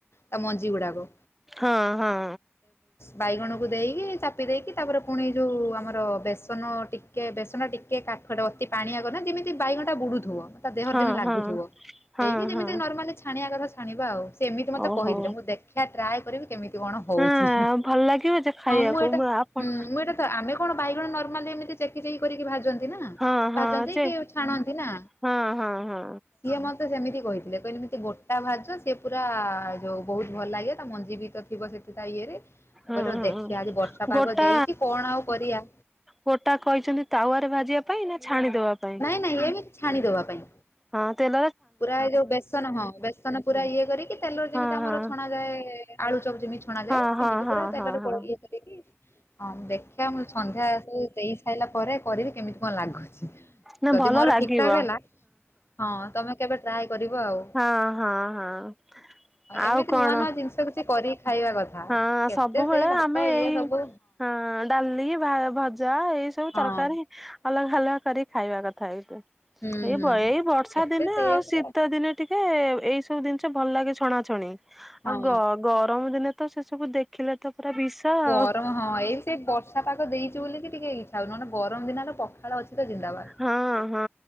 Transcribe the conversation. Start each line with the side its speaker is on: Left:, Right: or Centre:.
Left: ତା ମଞ୍ଜି ଗୁଡାକୁ।
Centre: ହଁ ହଁ।
Left: ବାଇଗଣକୁ ଦେଇକି ଚାପି ଦେଇକି ତାପରେ ପୁଣି ଯୋଉ ଆମର ବେସନ ଟିକେ ବେସନ ଟିକେ କାଠଟେ ଅତି ପାଣିଆ ନା ଯେମିତି ବାଇଗଣଟା ବୁଡୁଥିବ। ତା ଦେହରେ
Centre: ହଁ
Left: ଯେମିତି ଲାଗୁଥିବ
Centre: ହଁ ହଁ
Left: ଦେଇକି ଯେମିତି
Centre: ହଁ
Left: ନର୍ମାଲି ଛାଣିବା କଥା ଛଣିବା ଆଉ ସେମିତି ମୋତେ
Centre: ଓହୋ।
Left: କହିଥିଲେ ମୁଁ ଦେଖିବା ଟ୍ରାଏ କରିବି। କେମିତି କଣ ହଉଛି
Centre: ହଁ
Left: ହଁ
Centre: ଭଲ ଲାଗିବ ଯେ ଖାଇବାକୁ
Left: ମୁଁ ଏଇଟା
Centre: ଆପଣ
Left: ହଁ ମୁଁ ଏଇଟା ତ ଆମେ କଣ ବାଇଗଣ ନର୍ମାଲି ଏମିତି ଚେକି ଚେକି କରିକି ଭାଜନ୍ତି ନା
Centre: ହଁ ହଁ
Left: ଭାଜନ୍ତି
Centre: ଯେ
Left: କି ଛାଣନ୍ତି ନା।
Centre: ହଁ ହଁ ହଁ
Left: ସିଏ ମତେ ସେମିତି କହିଥିଲେ କହିଲେଏମିତି ଗୋଟା ଭାଜ ସିଏ ପୁରା ଯୋଉ ବହୁତ ଭଲ ଲାଗେ ତା ମଞ୍ଜି ବି ତ ଥିବ ସେ ତା ଇଏରେ ମୁଁ
Centre: ହଁ
Left: କହିଲି
Centre: ହଁ।
Left: ଦେଖିବା ଆଜି ବର୍ଷା ପାଗ
Centre: ଗୋଟା
Left: ଦେଇଚି କଣ ଆଉ କରିବା।
Centre: ଗୋଟା କହିଚନ୍ତି ତାୱରେ ଭାଜିବା ପାଇଁ ନା ଛାଣିଦବା ପାଇଁ?
Left: ନାଇଁ ନାଇଁ ଏମିତି ଛାଣିଦବା ପାଇଁ।
Centre: ହଁ ତେଲ
Left: ପୁରା ଏ ଯୋଉ ବେସନ ହଁ ବେସନ ପୁରା ଇଏ କରିକି ତେଲରେ ଯେମିତି
Centre: ହଁ
Left: ଆମର
Centre: ହଁ
Left: ଛଣା ଯାଏ ଆଳୁ ଚପ ଯେମିତି ଛଣା ଯାଏ
Centre: ହଁ
Left: ସେମିତି
Centre: ହଁ ହଁ
Left: ପୁରା ତେଲରେ
Centre: ହଁ
Left: ପଳ
Centre: ହଁ।
Left: ଇଏ କରିକି ହଁ ଦେଖିବା ମୁଁ ସନ୍ଧ୍ୟାକୁ ଦେଇ ସାରିଲା ପରେ କରିବି କେମିତି କଣ ଲାଗୁଛି।
Centre: ନା
Left: ଯଦି
Centre: ଭଲ
Left: ମୋର
Centre: ଲାଗିବ
Left: ଠିକ ଠାକ ହେଲା ହଁ ତମେ କେବେ ଟ୍ରାଏ କରିବ ଆଉ
Centre: ହଁ ହଁ ହଁ ଆଉ
Left: ଏମିତି
Centre: କଣ
Left: ନୂଆ ନୂଆ ଜିନିଷ କିଛି କରି ଖାଇବା କଥା।
Centre: ହଁ
Left: କେତେ
Centre: ସବୁବେଳେ
Left: ସେଇ ଭାତ
Centre: ଆମେ
Left: ଇଏ
Centre: ଏଇ
Left: ସବୁ
Centre: ହଁ। ଡାଲି ଭା ଭଜା ଏଇ ସବୁ
Left: ହଁ
Centre: ତରକାରୀ ଅଲଗା ଅଲଗା କରିକି ଖାଇବା କଥା ଏବେ।
Left: ହୁଁ
Centre: ଏଇ
Left: ହୁଁ।
Centre: ବ ଏଇ ବର୍ଷା
Left: କେତେ
Centre: ଦିନେ
Left: ସେଇଆକୁ
Centre: ଆଉ ଶୀତ ଦିନେ ଟିକେ ଏଇ ସବୁ ଜିନିଷ ଭଲ ଲାଗେ ଛଣାଛଣି
Left: ହଁ।
Centre: ଆଉ ଗ ଗରମ ଦିନେ ତ ସେ ସବୁ ଦେଖିଲେ ତ ପୁରା ବିଷ।
Left: ଗରମ
Centre: ଆଉ।
Left: ହଁ ଏଇ ସେ ବର୍ଷା ପାଗ ଦେଇଚି ବୋଲିିକି ଟିକେ ଇଚ୍ଛା ହଉଚି ଗରମ ଦିନରେ ପଖାଳ ଅଛି ତ ଜିନ୍ଦାବାଦ।
Centre: ହଁ ହଁ